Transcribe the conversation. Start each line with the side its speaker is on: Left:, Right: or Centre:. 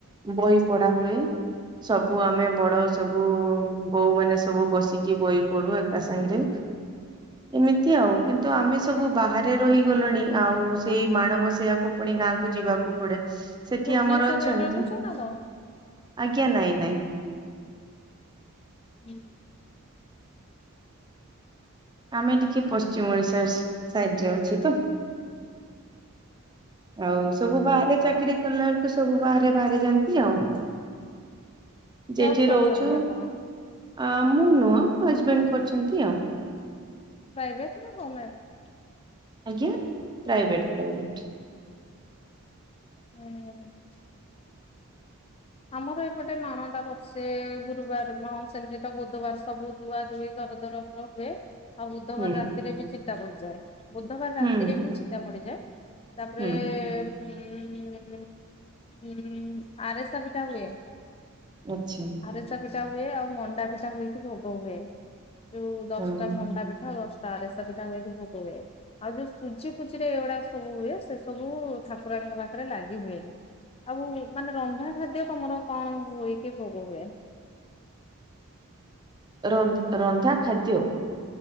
Right: ବହି ପଢା ହୁଏ। ସବୁ ଆମେ ବଡ ସବୁ ବୋଉ ମାନେ ସବୁ ବସିକି ବହି ପଢୁ ଏକା ସାଙ୍ଗରେ। ଏମିତି ଆଉ କିନ୍ତୁ ଆମେ ସବୁ ବାହାରେ ରହିଗଲଣି ଆଉ ସେଇ ମାଣବସବାକୁ ପୁଣି ଗାଁକୁ ଯିବାକୁ ପଡେ ସେଠି
Left: ଭୁବନେଶ୍ଵରରେ
Right: ଆମର ଅଛନ୍ତି।
Left: ରହୁଛ ନା କଣ?
Right: ଆଜ୍ଞା ନାଇଁ ନାଇଁ।
Left: ଉଁ ହୁଁ।
Right: ଆମେ ଟିକେ ପଶ୍ଚିମ ଓଡିଶା ଆସିରାଜ୍ୟର ଅଛୁ ତ। ଆଉ ସବୁ ବାହାରେ ଚାକିରରି କଲା ବେଳକୁ ସବୁ ବାହାରେ ବାହାରି ଯାଆନ୍ତି ଆଉ। ଯେଠି
Left: ଜବ୍ କରିଛନ୍ତି
Right: ରହୁଚୁ
Left: ଆପଣ
Right: ଆ ମୁଁ ନୁହଁ ହଜବେଣ୍ଡ କରୁଛନ୍ତି ଆଉ।
Left: ପ୍ରାଇଭେଟ୍ ନା ଗମେଣ୍ଟେ।
Right: ଆଜ୍ଞା ପ୍ରାଇଭେଟ ପ୍ରାଇଭେଟ।
Left: ହୁଁ। ଆମର ଏଇପୋଟେ ମାଣଟା ବସେ ଗୁରୁବାର ମାହାଅ ଷ୍ଟମି ଦିନ ବୁଧବାର ସବୁ। ଦୁଆ ଦୁଇ ଘରଦ୍ୱ ରସବୁ ହୁଏ। ଆଉ ବୁଧବାର
Right: ହୁଁ
Left: ରାତିରେ ବି ଚିତା ପଡିଯାଏ ବୁଧବାର
Right: ହୁଁ
Left: ରାତିରେ ହିଁ ଚିତା ପଡିଯାଏ। ତାପରେ
Right: ହୁଁ
Left: ଉଁ ହୁଁ ଆରେସା ପିଠା ହୁଏ।
Right: ଆଛା।
Left: ଆରିସା ପିଠା ହୁଏ ଆଉ ମଣ୍ଡା ପିଠା ହୋଇକି ଭୋଗ ହୁଏ ଯୋଉ ଦଶଟା
Right: ହଁ।
Left: ମଣ୍ଡା ପିଠା ଆଉ ଦଶଟା ଆରେସା ପିଠା ହୋଇକି ଭୋଗ ହୁଏ। ଆଉ ଯୋଉ ସୁଜି ଫୁଜିରେ ଏଗୁଡା ସବୁ ହୁଏ ସେ ସବୁ ଠାକୁରାଣୀଙ୍କ ପାଖରେ ଲାଗି ହୁଏ। ଆଉ ମାନେ ରନ୍ଧା ଖାଦ୍ୟ ତମର କଣ ହୋଇ କି ଭୋଗ ହୁଏ।
Right: ରରରନ୍ଧା ଖାଦ୍ୟ।